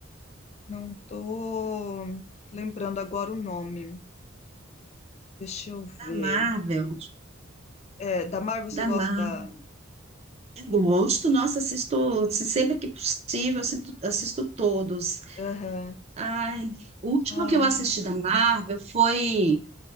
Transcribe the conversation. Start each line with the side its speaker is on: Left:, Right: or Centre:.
Left: não tô lembrando agora o nome. Deixa eu
Right: Da
Left: ver.
Right: Marvel,
Left: É, da Marvel
Right: da
Left: você gosta
Right: Marvel.
Left: da.
Right: Eu gosto, nossa, assisto assim, sempre que possível, assisto, assisto todos.
Left: Aham.
Right: Ai, o último
Left: Ai.
Right: que eu assisti da Marvel foi,